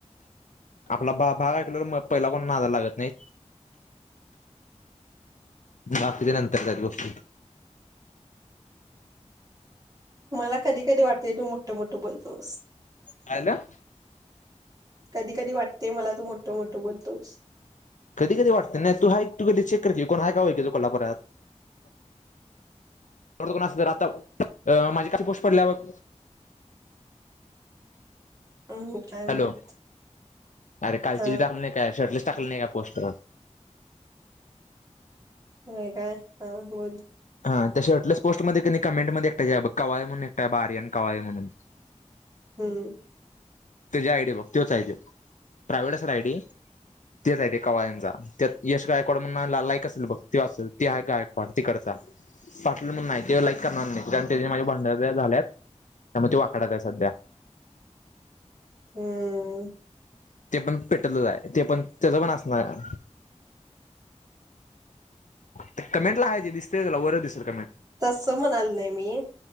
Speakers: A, on the left (about 85°); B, on the right (about 30°).
A: आपला भा भाग ऐकल्यावर पहिला कोण नादाला लागत नाही बाकीच्या नंतर त्यात गोष्टी.
B: मला कधी कधी वाटत. ते तू मोठ मोठं बोलतोस.
A: काय झालं.
B: कधी कधी वाटते मला तू मोठं मोठं बोलतोस.
A: कधी कधी वाटते नाही तू हायक तू कधी चेक कर कोण हाय का कोल्हापुरात. <unintelligible> तर आता अ माझी कशी पोस्ट पडल्या बग
B: हम्म काय माहित
A: हॅलो अरे कालची
B: हा
A: ते झालं नाही काय <unintelligible> टाकल्या पोस्ट.
B: हो काय. हा बोल
A: हा त्या शर्टलेस पोस्टमध्ये क कमेंट मध्ये कानी कवाय म्हणून आहे बघ एकटा आहे आर्यन कवाय म्हणून.
B: हम्म
A: त्याची आयडी बघ तच आहे त प्रायव्हेट असेल आयडी तेच ते कवायंचा त्यात यश गायकवाड म्हण लाईक असेल बघ त असेल त गायकवाड तिकडचा पाटिल म्हणून आहे नाही ते लाईक करणार नाही कारण त्या माझ्या भांडन झाल्यात त्यामुळे ते वाकड्यात आहे सध्या.
B: हम्म
A: ते पण पेटत च हाय ते पण त्याच पण असणार.. ते कमेंट ला हाय दिसतयं तुला वर च दिसल.
B: तस म्हणाल नाही मी.